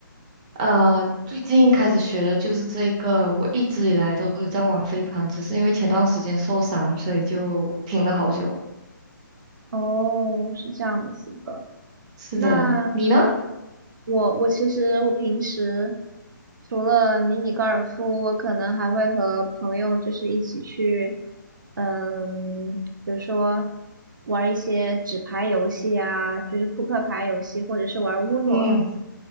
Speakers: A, on the right; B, on the right.
A: 呃，最近开始学的就是这个。我一直以来都有在玩飞盘，只是因为前段时间受伤，所以就停了好久。
B: 哦，是这样子的。
A: 是的，
B: 那
A: 你呢？
B: 我我其实我平时除了迷你高尔夫，我可能还会和朋友就是一起去，嗯，比如说玩一些纸牌游戏啊，就是扑克牌游戏，或者是玩乌诺。
A: 嗯。